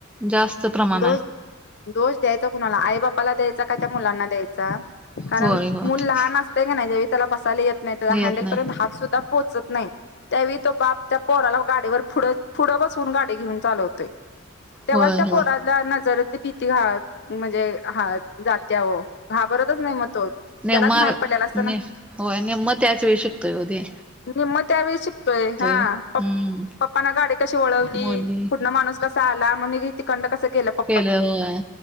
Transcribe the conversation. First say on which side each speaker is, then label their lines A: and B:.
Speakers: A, in the centre; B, on the left.
A: जास्त प्रमाण
B: दो
A: आहे
B: दोष द्यायचा कुणाला आई बापाला द्यायचा का? त्या मुलांना द्यायचा? कारण
A: होय होय
B: मुूल लहान अस ते का नाही जा वेळी त्याला बसाले नाही, त्या
A: येत
B: हँडल
A: नाही
B: पर्यंत हाक सुद्धा पोहोचत नाही, त्यावेळी तो बाप त्या पोराला गाडीवर पुढच पुढं बसवून गाडी घेऊन चालवतोय, तेव्हाच
A: होय
B: त्या
A: होय
B: पोराला नजर पिती घा म्हणजे हा जात्या व घाबरतच नाही मग तो. त्यालाच
A: नेमम
B: माहित पडलेला असतं ना
A: होय नेम्म त्याच वेळी शिकतोय ओझे.
B: निेम्मत त्यावेळी शिकतोय, हा
A: हम्म
B: प पप्पना गाडी कशी वळवली
A: मुली
B: पुनण माणूस कसा आला, म मी तीकंड कसं केलं.
A: केलं होय.